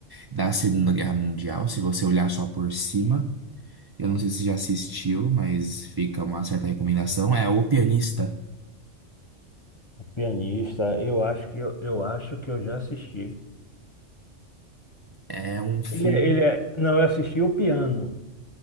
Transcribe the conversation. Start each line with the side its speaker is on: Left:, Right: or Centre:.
Right: da Segunda Guerra Mundial, se você olhar só por cima. Eu não sei se você já assistiu, mas fica uma certa recomendação. É O Pianista.
Left: O pianista, eu acho que eu, eu acho que eu já assisti.
Right: É um filme.
Left: Ele, é- ele é, não, eu assisti o Piano.